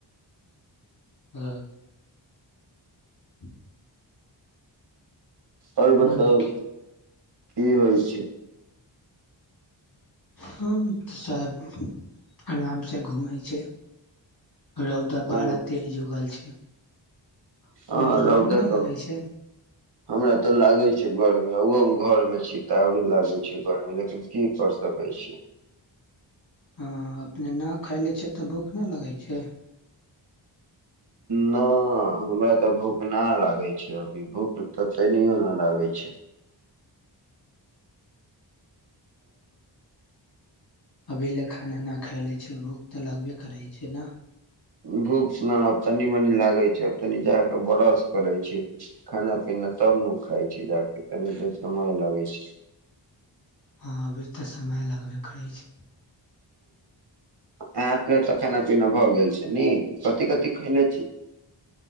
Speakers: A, on the left; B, on the right.
A: ह। ह।
B: आओर बताउ
A: नीक
B: की होइ छै।
A: हम तऽ सभ आरामसँ घूमै छी। रौदा
B: ओ
A: बारा तेर जुगल छै। अपने
B: हँ लौद
A: गर्मी न
B: त।
A: लगै छै
B: हमरा तऽ लागै छै गर्मी ओहो हम घरमे छी तऽ आओरी लागै छै गर्मी लेकिन की कर सकै छी।
A: हँ अपने न खाय ले छ तऽ भूख न लगै छै।
B: नहि हमरा तऽ भूख नहि लागै छै अभी भूख तऽ तनिो नहि लागै छै।
A: अभी ले खाना नहि ख ले छै भूख त लगबे करै छै ने।
B: भूख न तनी मनी लागै छै आब तनी जााक ब्रश करै छी खाना पीना तब ने खााय छै जााक तनी देर समय लागै छै।
A: हँ अभी तऽ समय लगबे करै छै।
B: ह आ तखन भऽ गेल छै न कथि कथि खैल छी।